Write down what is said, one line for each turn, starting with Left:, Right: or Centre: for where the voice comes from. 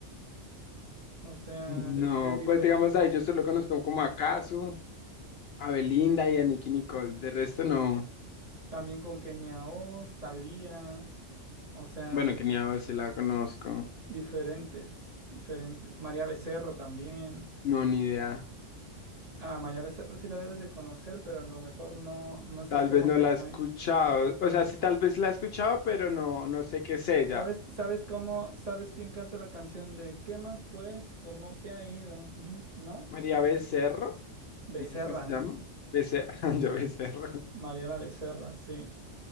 Right: O sea,
Left: No,
Right: de, de difer-
Left: pues digamos ahí, yo solo conozco como a Kazu. a Belinda y a Nicki Nicole. De resto no.
Right: también con Kenia Oz, Thalía, o sea,
Left: Bueno,
Right: dif-
Left: que ni a si la conozco.
Right: diferentes, diferentes. María Becerra también.
Left: No, ni idea.
Right: Ah, María Becerra sí la debes de conocer, pero a lo mejor no, no estás
Left: Tal
Right: como
Left: vez no
Right: que
Left: la
Right: muy...
Left: he escuchado. O sea, sí, tal vez la he escuchado, pero no, no sé qué es ella.
Right: ¿Sabes, sabes cómo, sabes quién canta la canción de ¿Qué más pues? ¿Cómo te ha ido? Ujú, ¿No?
Left: María Becerro,
Right: Becerra,
Left: dices que se llama. Becerro, <laughs> yo Becerro.
Right: Mariela Becerra, sí.